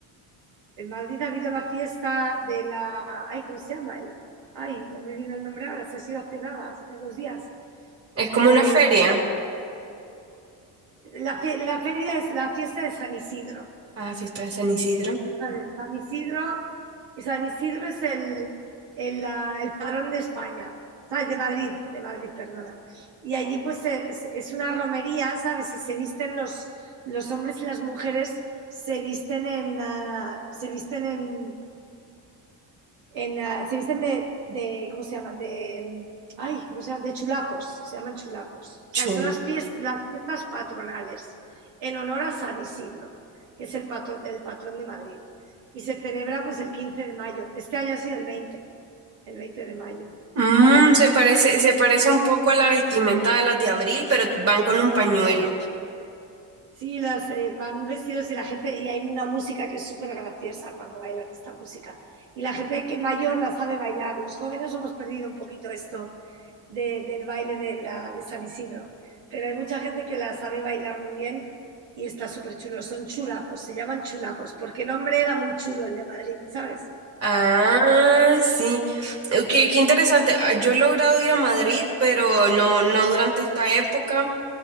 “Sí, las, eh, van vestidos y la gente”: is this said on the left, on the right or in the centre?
Right